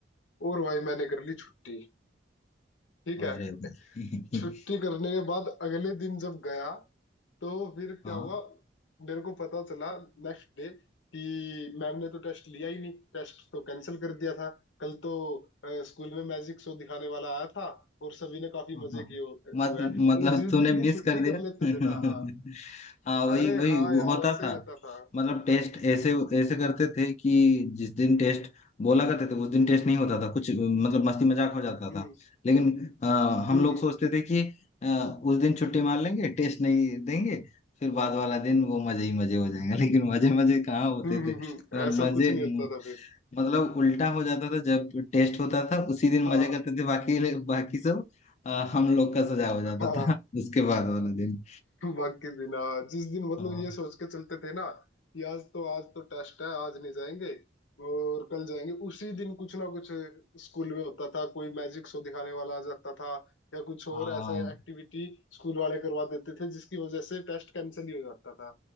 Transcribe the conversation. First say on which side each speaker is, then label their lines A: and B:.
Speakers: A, on the left; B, on the left.
A: और भाई मैंने कर ली छुट्टी ठीक
B: अरे
A: है
B: भाई
A: छुट्टी करने के बाद अगले दिन जब गया तो फिर क्या
B: <laughs> हाँ
A: हुआ मेरे को पता चला नेक्स्ट डे कि मैम ने तो टेस्ट लिया ही नहीं टेस्ट तो कैंसिल कर दिया था कल तो स्कूल में मैजिक शो दिखाने वाला आया था और सभी ने काफी
B: हाँ,
A: मजे किए हु-
B: मत,
A: हुए
B: मतलब
A: हैं और जिस
B: तूने
A: दिन
B: मिस
A: की छुट्टी
B: कर दिया
A: कर लेते
B: <laughs>
A: थे ना हाँ
B: हाँ वही
A: अरे
B: वही
A: हाँ यार
B: होता
A: ऐसा
B: था
A: ही होता था
B: मतलब टेस्ट ऐसे ऐसे करते थे कि जिस दिन टेस्ट बोला करते थे उस दिन टेस्ट नहीं होता था कुछ मतलब मस्ती मजाक हो जाता
A: हम्म
B: था लेकिन आ, हम
A: हम्म
B: लोग
A: हम्म
B: सोचते
A: हम्म
B: थे कि आ, उस दिन छुट्टी मार लेंगे टेस्ट नहीं देंगे फिर बाद वाला दिन वो मजे ही मजे हो जाएंगे <laughs> लेकिन मजे मजे कहाँ होते
A: हम्म
B: थे
A: हम्म
B: मतलब
A: हम्म, ऐसा
B: मजे
A: कुछ नहीं होता था फिर
B: मतलब उल्टा हो जाता था जब टेस्ट होता था उसी दिन
A: हाँ
B: मजे करते थे बाकी बाकी सब आ, हम लोग का सजा हो जाता
A: हाँ
B: था <laughs> उसके बाद वाला दिन
A: बाकी दिन हाँ जिस दिन मतलब
B: आ,
A: ये सोच के चलते थे ना कि आज तो आज तो टेस्ट है आज नहीं जाएंगे और कल जाएंगे उसी दिन कुछ ना कुछ स्कूल में होता था कोई मैजिक शो दिखाने वाला आ जाता था या कुछ और
B: हाँ
A: ऐसे एक्टिविटी स्कूल वाले करवा देते थे जिसकी वजह से टेस्ट कैंसिल ही हो जाता था